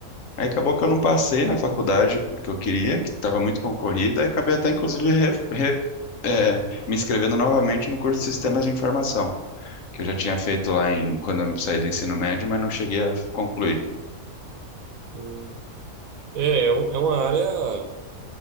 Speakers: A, on the left; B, on the right.
A: Aí acabou que eu não passei na faculdade que eu queria, que estava muito concorrida, e acabei até inclusive re- re- eh, me inscrevendo novamente no curso de Sistemas de Informação, que eu já tinha feito lá em quando eu saí do ensino médio, mas não cheguei a concluir.
B: Hum. É, é um- é uma área